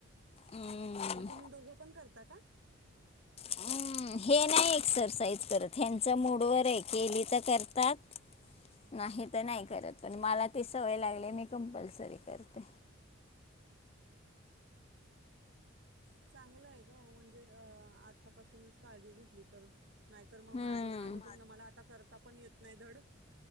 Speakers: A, on the left; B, on the right.
A: हम्म,
B: मग तुम्ही दोघं पण करता का?
A: हम्म, हे नाही एक्सरसाईज करत ह्यांच मूडवर आहे केली तर करतात नाही तर नाही करत पण मला ते सवय लागली मी कंपलसरी करते
B: चांगलं आहे ग म्हणजे अ आतापासूनच काळजी घेतली तर नाहीतर मग
A: हम्म,
B: माझं माझं बघ ना मला आता करता पण येत नाही धड